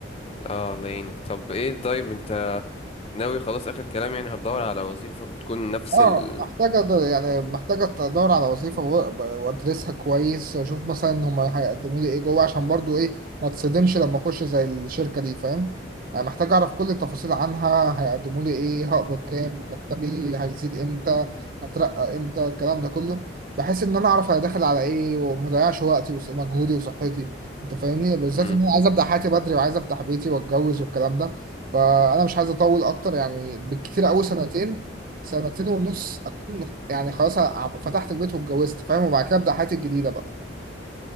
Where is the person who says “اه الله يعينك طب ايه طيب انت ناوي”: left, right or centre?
Left